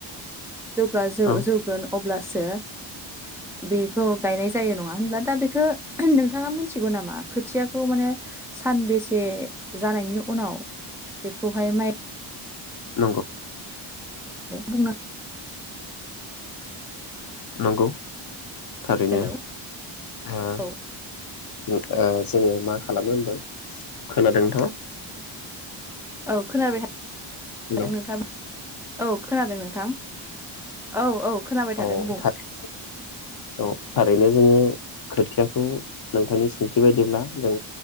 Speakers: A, in the centre; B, on the left (about 45°).
A: जेब्ला जौ-जौगोन
B: औ
A: अब्लासो <unintelligible> बेखौ गायनाय जायो नङा होनब्ला दा बेखौ नोंथाङा मिथिगौ नामा खोथियाखौ माने सानबेसे जानायनि उनाव बेखौहाय माइ
B: नंगौ।
A: बुं
B: नंगौ। थारैनो
A: हेलौ
B: ओ
A: औ
B: ओ जोङो मा खालामो होनदों खोनादों नोथांआ।
A: औ खोनाबाय?
B: हेलौ
A: आरो नोंथां औ खोनादों नोंथां। औ औ।
B: औ
A: खोनाबाय थादों बुं
B: थारैनो औ थारैनो। जोङो खोथियाखौ नोंथांनि सोंथि बायदिब्ला जों